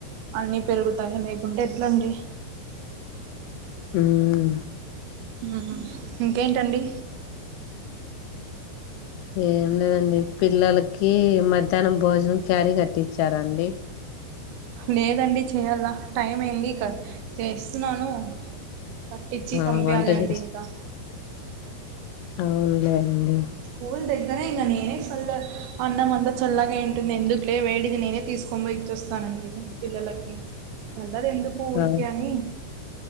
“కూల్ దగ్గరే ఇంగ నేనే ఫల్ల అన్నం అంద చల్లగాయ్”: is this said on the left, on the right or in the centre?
Right